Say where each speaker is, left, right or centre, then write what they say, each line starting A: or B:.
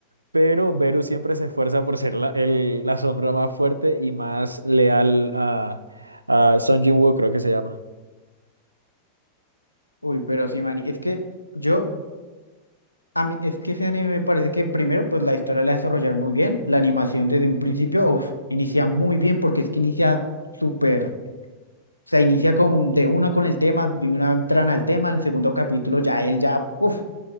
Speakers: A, on the right (about 80°); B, on the left (about 85°).
A: pero Beru siempre se esfuerza por ser la, el- la sombra más fuerte y más leal a, a Sung Jin-woo, creo que se llama.
B: uy, pero sí, Mari, es que yo, a mí, es que ese anime me parece que primero, pues la historia la desarrollaron muy bien, la animación desde un principio, uf, inicia muy bien porque es que inicia súper. O sea, inicia con, de una con el tema, de una entran al tema, el segundo capítulo ya él ya, uff,